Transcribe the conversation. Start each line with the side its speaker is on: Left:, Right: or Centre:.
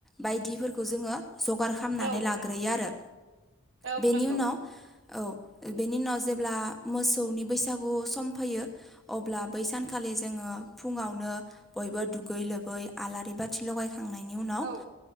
Centre: बायदिफोरखौ जोंङो जगार खालामनानै
Right: औ
Centre: लाग्रोयो
Right: नंगौ
Centre: आरो
Right: औ
Centre: बेनि
Right: नंगौ
Centre: उनाव औ बेनि उनाव जेब्ला मोसौनि बैसागु सम फैयो अब्ला बै सानखालि जोंङो फुंङावनो बयबो दुगै लोबै आलारि बाथि लगायखांनायनि उनाव
Right: औ